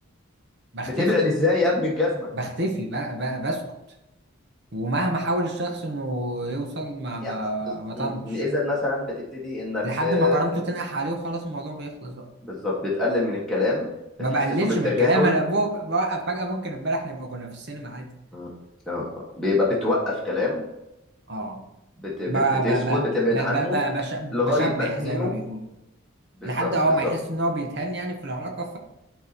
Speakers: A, on the right; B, in the centre.
A: بختفي
B: بتبعد ازاي يا ابن الجزمة
A: بختفي بقى, بقى بسكت ومهما حاول الشخص انه يوصل ما
B: يعني
A: ب- بطنش
B: اذا مثلا بتبتدي انك
A: لحد
B: آه،
A: ما كرامته تنقح عليه وخلاص الموضوع بيخلص بقى
B: بالظبط بتقلل من الكلام
A: ما
B: بتحسسه
A: بقللش
B: بالتجاهل
A: من الكلام انا بوق- بوقف فجأة ممكن امبارح نبقى كنا في السينما عادي
B: مم. آه. بيبقى بتوقف كلام
A: اه
B: بت... بت...
A: ب ب
B: بتسكت
A: ب
B: بتبعد
A: ب
B: عنه
A: ب ب بش- بشبح
B: لغاية ما تهينه
A: زي ما بيقولوا
B: بالظبط
A: لحد اه
B: بالظبط
A: ما يحس ان هو بيتهان يعني في العلاقة